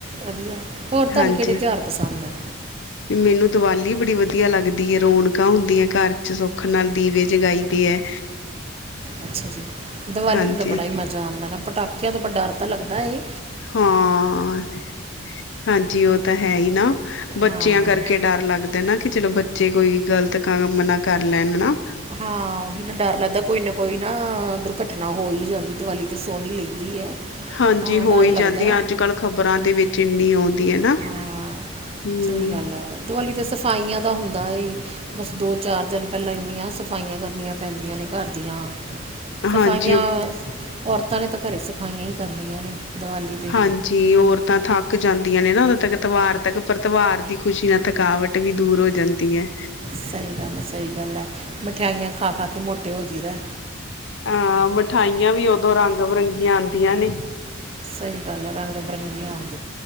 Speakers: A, on the right; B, on the left.
A: ਵਧੀਆ ਹੋਰ ਤੁਹਾਨੂੰ
B: ਹਾਂਜੀ
A: ਕਿਹੜੇ ਤਿਉਹਾਰ ਪਸੰਦ ਹੈ
B: ਮੈਨੂੰ ਦੀਵਾਲੀ ਬੜੀ ਵਧੀਆ ਲੱਗਦੀ ਹੈ, ਰੌਣਕਾਂ ਹੁੰਦ ਦੀਆਂ ਘਰ ਚ ਸੁੱਖ ਨਾਲ ਦੀਵੇ ਜਗਾਈ ਦੇ ਹੈ।
A: ਅੱਛਾ ਜੀ, ਦੀਵਾਲੀ
B: ਹਾਂਜੀ
A: ਦਾ ਤਾਂ ਬੜਾ ਹੀ ਮਜ਼ਾ ਆਦਾ ਨਾ ਪਟਾਕੇੇ, ਕਿਆ ਤੋਂ ਬਡਾ ਡਰ ਤਾਂ ਲੱਗਦਾ ਹੈ।
B: ਹਾਂ ਹਾਂਜੀ ਉਹ ਤਾਂ ਹੈ ਹੀ ਨਾ ਬੱਚਿਆਂ
A: ਹਾਂ
B: ਕਰਕੇ ਡਰ ਲੱਗਦਾ ਨਾ ਕਿ ਚਲੋ। ਜੇ ਕੋਈ ਗ਼ਲਤ ਕੰਮ ਨਾ ਕਰ ਲੈਣ ਨਾ,
A: ਹਾਂ ਉਹੀ ਨਾ ਡਰ ਲੱਗਦਾ ਕੋਈ ਨਾ ਕੋਈ ਨਾ ਦੁਰਘਟਨਾ ਹੋ ਹੀ ਜਾਂਦੀ ਦੀਵਾਲੀ ਤੇ ਸੋਹਣੀ ਲੈਂਦੀ ਹੈ।
B: ਹਾਂਜੀ
A: ਤਾਂ
B: ਹੋ
A: ਡਰ
B: ਹੀ
A: ਲੱਗਦਾ
B: ਜਾਂਦੀ ਅੱਜ ਕੱਲ੍ਹ ਖ਼ਬਰਾਂ ਦੇ ਵਿੱਚ ਇੰਨੀ ਆਉਂਦੀ ਹੈ ਨਾ
A: ਹਾਂ
B: ਹਮ।
A: ਸਹੀ ਗੱਲ ਹੈ ਦੀਵਾਲੀ ਤੇ ਸਫਾਈਆਂ ਦਾ ਹੁੰਦਾ ਬਸ ਦੋ ਚਾਰ ਦਿਨ ਪਹਿਲਾਂ ਇੰਨੀਆਂ। ਸਫਾਈਆਂ ਕਰਨੀਆਂ ਪੈਂਦੀਆਂ ਨੇ ਘਰ ਦੀਆਂ, ਸਫ਼ਾਈਆਂ।
B: ਹਾਂਜੀ
A: ਔਰਤਾਂ ਨੇ ਤਾਂ ਘਰੇ ਸਫਾਈਆਂ ਕਰਨੀਆਂ। ਨੇ ਦੀਵਾਲੀ 'ਤੇ
B: ਹਾਂਜੀ ਔਰ ਤਾਂ ਥੱਕ ਜਾਂਦਾ। ਆਂ ਨੇ ਨਾ ਉਦੋਂ ਤੱਕ ਤਿਵਾਰ ਤੱਕ ਪਰ ਤਿਵਾਰ ਦੀ ਖੁਸ਼ੀ ਨਾਲ ਥਕਾਵਟ ਵੀ ਦੂਰ ਹੋ ਜਾਂਦੀ ਹੈ।
A: ਸਹੀ ਗੱਲ ਹੈ ਸਹੀ ਗੱਲ ਹੈ ਮਠਿਆਈਆਂ ਖਾ ਖਾ ਕੇ ਮੋਟੇ ਹੋ ਜਾਈਦਾ।
B: ਹਾਂ ਮਠਾਈਆਂ ਵੀ ਉਦੋਂ ਰੰਗ ਬਿਰੰਗੀਆਂ ਆਉਂਦੀਆਂ ਨੇ।
A: ਸਹੀ ਗੱਲ ਆ, ਰੰਗ ਬਿਰੰਗੀਆਂ ਆ।